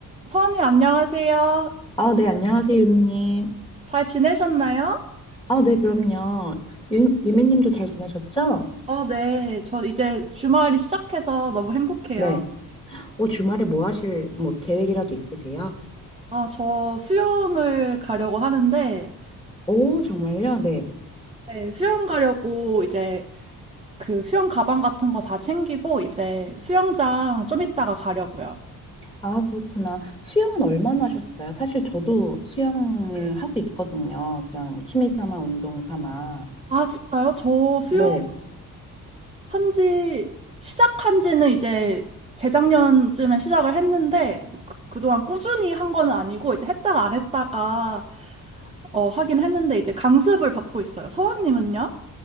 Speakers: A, on the right; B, on the left.
A: 서원님 안녕하세요.
B: 아, 네, 안녕하세요, 유미님.
A: 잘 지내셨나요?
B: 아, 네, 그럼요. 유, 유미님도 잘 지내셨죠?
A: 어, 네. 저 이제 주말이 시작해서 너무 행복해요.
B: 네. 오, 주말에 뭐 하실, 뭐, 계획이라도 있으세요?
A: 아, 저 수영을 가려고 하는데,
B: 오, 정말요? 네.
A: 네, 수영 가려고 이제 그 수영 가방 같은 거 다 챙기고, 이제 수영장 좀 이따가 가려고요.
B: 아, 그렇구나. 수영은 얼마나 하셨어요? 사실 저도 수영을 하고 있거든요. 그냥 취미 삼아, 운동 삼아.
A: 아, 진짜요? 저 수영,
B: 네.
A: 한지 시작한 지는 이제 재작년쯤에 시작을 했는데 뭐 그, 그동안 꾸준히 한 거는 아니고 이제 했다가 안 했다가 어, 하긴 했는데 이제 강습을 받고 있어요. 서원님은요?